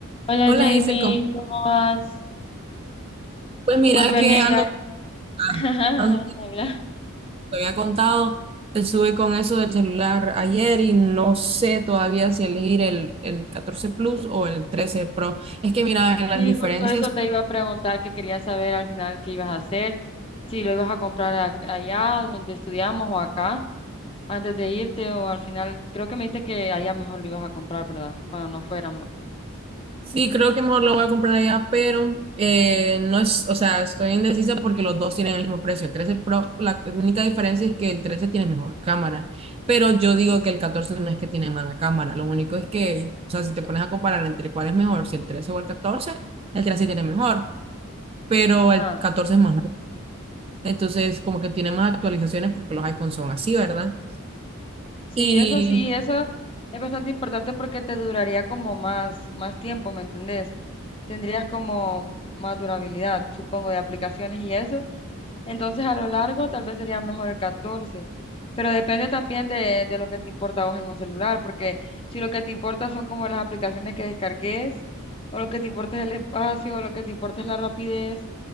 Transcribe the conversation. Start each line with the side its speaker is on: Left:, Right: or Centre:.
Left: Hola
Right: Hola,
Left: Jamie,
Right: Hazel, ¿cómo-
Left: ¿cómo vas?
Right: Pues mira
Left: Pues venía
Right: que
Left: a
Right: ando,
Left: mirar, <laughs>
Right: ah,
Left: habla.
Right: ando, te había contado, estuve con eso del celular ayer y no sé todavía si elegir el, el 14 Plus o el 13 Pro. Es que mira, las
Left: Sí,
Right: diferencias
Left: justo eso te iba a preguntar, que quería saber al final qué ibas a hacer, si lo ibas a comprar a- allá donde estudiamos o acá, antes de irte o al final, creo que me dijiste que allá mejor lo ibas a comprar, ¿verdad? Cuando no fuéramos.
Right: Sí, creo que mejor lo voy a comprar allá, pero eh, no es, o sea, estoy indecisa porque los dos tienen el mismo precio. El 13 Pro, la única diferencia es que el 13 tiene mejor cámara, pero yo digo que el 14 no es que tiene mala cámara. Lo único es que, o sea, si te pones a comparar entre cuál es mejor, si el 13 o el 14, el 13 tiene mejor, pero
Left: Ajá.
Right: el 14 es más. nuevo. Entonces, como que tiene más actualizaciones porque los iPhones son así, ¿verdad?
Left: Sí,
Right: Y
Left: eso sí, eso es bastante importante porque te duraría como más, más tiempo, ¿me entendés? Tendrías como más durabilidad, supongo, de aplicaciones y eso. Entonces a lo largo tal vez sería mejor el catorce pero depende también de, de lo que te importa a vos en un celular, porque si lo que te importa son como las aplicaciones que descargues, o lo que te importa es el espacio, o lo que te importa es la rapidez,